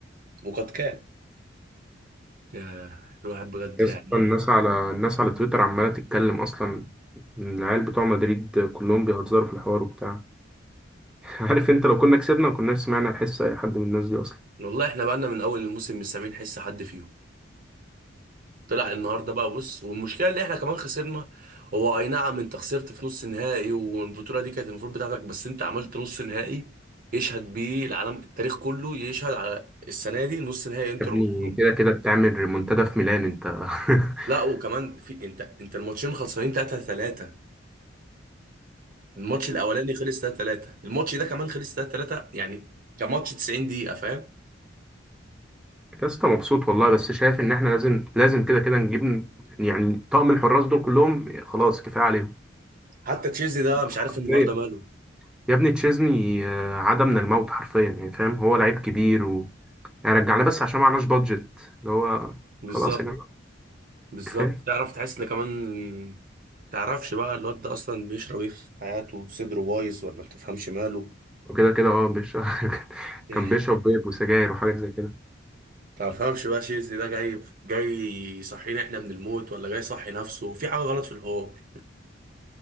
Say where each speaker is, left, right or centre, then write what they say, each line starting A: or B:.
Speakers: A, on the right; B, in the centre.
A: وقد كان يا الواحد بجد
B: اسطى
A: يعني
B: الناس على الناس على تويتر عمالة تتكلم أصلا العيال بتوع مدريد كلهم بيهزروا في الحوار وبتاع <laughs> عارف أنت لو كنا كسبنا ما كناش سمعنا الحس أي حد من الناس دي أصلا
A: والله احنا بقالنا من اول الموسم مش سامعين حس حد فيهم طلع النهارده بقى بص والمشكله اللي احنا كمان خسرنا هو اي نعم انت خسرت في نص نهائي والبطوله دي كانت المفروض بتاعتك بس انت عملت نص نهائي يشهد بيه العالم التاريخ كله يشهد على السنه دي نص نهائي انتر
B: يا ابني
A: وبرشلونه
B: كده كده بتعمل ريمونتادا في ميلان انت <laughs>
A: لا وكمان في انت انت الماتشين خلصانين 3 3 الماتش الاولاني خلص 3 3 الماتش ده كمان خلص 3 3 يعني كان ماتش 90 دقيقة فاهم
B: يا اسطى مبسوط والله بس شايف ان احنا لازم لازم كده كده نجيب يعني طقم الحراس دول كلهم خلاص كفايه عليهم
A: حتى تشيزني ده مش عارف
B: حرفيا
A: النهارده ماله
B: يا ابني تشيزني آه، عاد من الموت حرفيا يعني فاهم هو لعيب كبير و يعني رجعنا بس عشان معناش بادجت اللي هو
A: بالظبط
B: خلاص يا جماعه
A: بالظبط
B: كفايه
A: تعرف تحس ان كمان تعرفش بقى الواد ده اصلا بيشرب ايه في حياته صدره بايظ ولا بتفهمش ماله
B: وكده كده اه بيشرب <laughs>
A: يعني
B: كان بيشرب بيب وسجاير وحاجات زي كده
A: تفهمش بقى تشيزني ده جاي جاي يصحينا احنا من الموت ولا جاي يصحي نفسه في حاجة غلط في الحوار